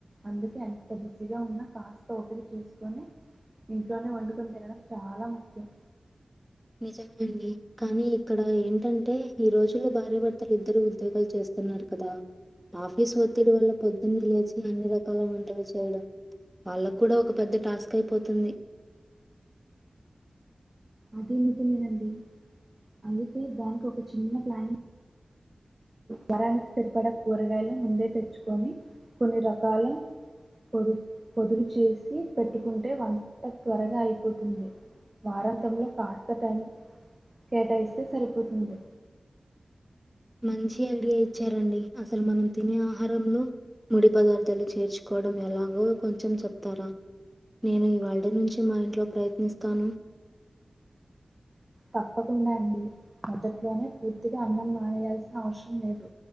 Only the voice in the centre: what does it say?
నిజమే నండి కానీ ఇక్కడ ఏంటంటే. ఈ రోజు. భార్యభర్తలు ఇద్దరు ఉద్యోగాలు చేస్తున్నారు కదా ఆఫీస్ ఒత్తిడి వల్ల పొద్దున్న లేచి ఎన్ని రకాల వంటలు చేయడం వాళ్ళ కూడా ఒక పెద్ద టాస్క్ అయిపోతుంది
మంచి ఐడియా ఇచ్చారండి అసలు మనం తినే ఆహారంలో ముడి పదార్థాలు చేర్చు కోవడం ఎలాగో కొంచెం చెప్తారా నేను ఈవాల్టి నుంచి మా ఇంట్లో ప్రయత్నిస్తాను